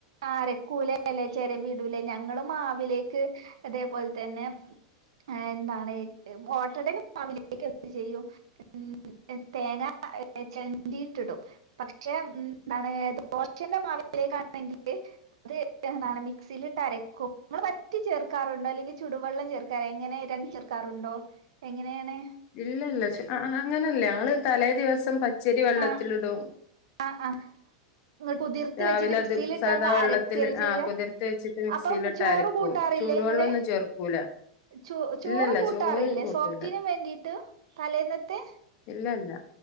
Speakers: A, on the right (about 80°); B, on the left (about 40°).
A: ആഹ് അരക്കൂലലെ ചെരവി ഇടുലെ ഞങ്ങളും മാവിലേക്ക് ഇന്നെ പോല് തന്നെ എന്താണ് ഓട്ടടന്റെ മാവിലേക്ക് എന്ത് ചെയ്യും ഉം തേങ്ങ ചെരണ്ടീട്ട്ടും പക്ഷെ ഉം ഇന്താണ് ദോഷന്റെ മാവിലേക്കാണെങ്കില് അത് എന്താണ് മിക്സീലിട്ട് അരക്കും ഇങ്ങള് പറ്റെ ചെർ ക്കാറുണ്ടൊ അല്ലെങ്കി ചുടുവള്ളം ചേർക്കാറൊണ്ടോ എങ്ങനെ രണ്ടും ചേർക്കാറുണ്ടൊ എങ്ങനേയാണ്
B: ഇല്ലല്ല ച് അങ്ങനല്ല ഞങ്ങള് തലേ ദിവസം പച്ചരി വെള്ളത്തിലിടും
A: ആഹ് ആഹ് ആഹ് ങ്ങൾ കുതിർത്ത്
B: രാവിലെ
A: വച്ചിട്ട് മിക്സില്ട്ടാണ്ട്
B: അത് സാധാ വെള്ളത്തിൽ
A: അരക്കല്ലെ ചെയ്യ
B: ആ കുതിർത്ത് വെച്ചിട്ട് മിക്സിയിലിട്ട്
A: അപ്പം ചോറ്
B: അരക്കും
A: കൂട്ടാറില്ലെ
B: ചൂടുവെള്ളൊന്നും
A: ഇങ്ങള്
B: ചേർക്കൂല
A: ചോ ചോറ്
B: ഇല്ലല്ല
A: കൂട്ടാറില്ലെ
B: ചോറ് കൂട്ടൂല
A: സോഫ്റ്റിനും വേണ്ടീട്ട് തലേന്നത്തെ
B: ഇല്ല ഇല്ല